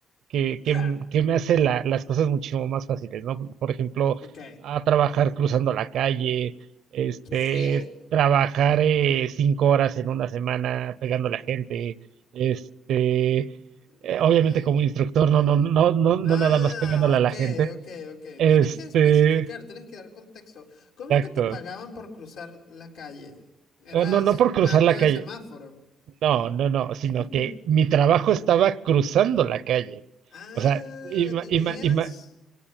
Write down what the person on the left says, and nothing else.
Claro,
ok.
¿Qué?
Eh,
ah,
ok,
ok, ok.
Tienes que especificar, tienes que dar contexto. ¿Cómo
que te pagaban por cruzar la calle? ¿Eras
un
acto
de
semáforo?
<laughs>
Ah,
¿vivías?